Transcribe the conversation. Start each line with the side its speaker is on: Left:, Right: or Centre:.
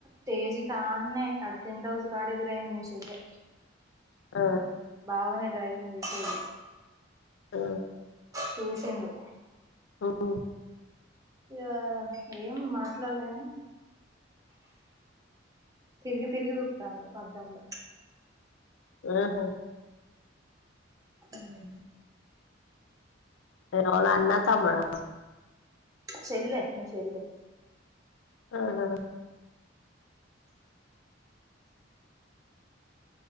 Right: తేజి కాడ్నే అ టెన్ హౌస్ కాడ ఎదురైంది మీ చెల్లె
Left: ఆ
Right: బాగనే డ్రైవింగ్ చేసేది
Left: ఆ
Right: చూసిండు
Left: మ్మ్
Right: ఇగ ఏం మాట్లాడలేగాని తిరిగి తిరిగి చుత్తండు అద్దంల
Left: ఓహో
Right: అవు <inaudible>
Left: ఎవలు అన్నా తమ్ముడా
Right: చెల్లె మా చెల్లె
Left: ఆహా